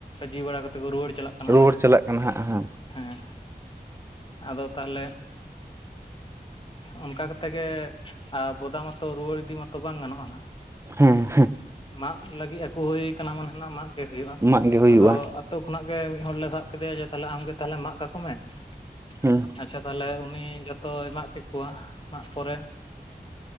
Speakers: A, on the left; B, on the right.
A: ᱡᱤ ᱵᱟᱲᱟ ᱠᱟᱛᱮ ᱠᱚ ᱨᱩᱣᱟᱹᱲ ᱪᱟᱞᱟᱜ ᱠᱟᱱᱟ
B: ᱨᱩᱣᱟᱹᱲ
A: ᱢᱟᱱᱮ,
B: ᱪᱟᱞᱟᱜ ᱠᱟᱱᱟ ᱦᱟᱸᱜ ᱦᱟᱸᱜ
A: ᱦᱮᱸ, ᱟᱫᱚ ᱛᱟᱦᱚᱞᱮ ᱚᱱᱠᱟ ᱠᱟᱛᱮ ᱜᱮ ᱵᱚᱫᱟ ᱢᱟᱛᱚ ᱨᱩᱣᱟᱹᱲ ᱤᱫᱤ ᱢᱟᱛᱚ ᱵᱟᱝ ᱜᱟᱱᱚᱜᱼᱟ ᱱᱟᱜ ᱾
B: ᱦᱮᱸ ᱦᱮᱸ ᱾
A: ᱢᱟᱜ ᱞᱟᱹᱜᱤᱫ ᱟᱹᱜᱩ ᱦᱩᱭ ᱠᱟᱱᱟ ᱢᱟᱱᱮ ᱱᱟᱜ ᱢᱟᱜ ᱜᱮ ᱦᱩᱭᱩᱜᱼᱟ ᱾
B: ᱮᱢᱟᱜ ᱜᱮ ᱦᱩᱭᱩᱜᱼᱟ
A: ᱟᱫᱚ ᱟᱹᱛᱩ ᱠᱷᱚᱱᱟᱜ ᱜᱮ ᱢᱤᱫ ᱦᱚᱲ ᱞᱮ ᱥᱟᱵ ᱠᱮᱫᱮᱭᱟ ᱡᱮ, ᱛᱟᱦᱞᱮ ᱟᱢᱜᱮ ᱛᱟᱦᱞᱮ ᱢᱟᱜ ᱠᱟᱠᱚ ᱢᱮ ᱾
B: ᱦᱮᱸ
A: ᱟᱪᱪᱷᱟ ᱾ ᱛᱟᱦᱚᱞᱮ ᱩᱱᱤ ᱡᱚᱛᱚᱭ ᱢᱟᱜ ᱠᱮᱫ ᱠᱚᱣᱟ, ᱢᱟᱜ ᱯᱚᱨᱮ